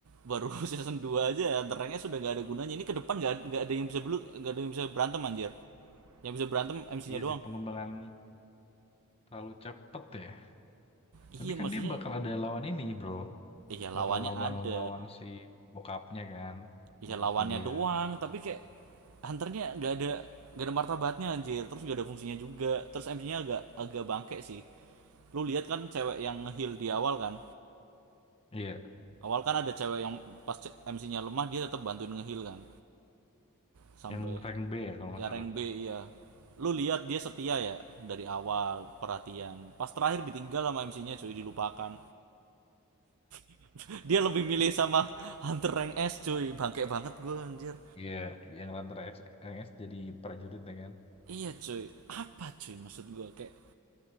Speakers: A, on the right (about 75°); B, on the left (about 25°).
A: baru <laughs> season 2 aja hunter rank S sudah nggak ada gunanya ini ke depan nggak nggak ada yang bisa belu nggak ada yang bisa berantem anjir yang bisa berantem MC-nya
B: iya
A: doang
B: sih pengembangan terlalu cepet ya.
A: iya
B: Tapi kan
A: maksudnya
B: dia bakal ada lawan ini, bro.
A: iya lawannya
B: Bakal lawan-lawan
A: ada
B: si bokapnya kan,
A: iya
B: bokapnya
A: lawannya
B: dia.
A: doang tapi kayak hunternya nggak ada nggak ada martabatnya anjir terus nggak ada fungsinya juga terus MC-nya agak agak bangke sih lu lihat kan cewek yang heal di awal kan
B: Iya,
A: awal kan ada cewek yang pas MC-nya lemah dia tetap bantuin ngehil kan sampai
B: yang rank B ya kalau nggak
A: ya
B: salah.
A: rank B iya lu lihat dia setia ya dari awal perhatian pas terakhir ditinggal sama MC-nya cuy dilupakan <laughs> dia lebih milih sama Hunter rank S cuy bangke banget gue anjir
B: Iya, yang Ranter X, Rank X jadi prajurit ya kan.
A: iya cuy apa cuy maksud gue kayak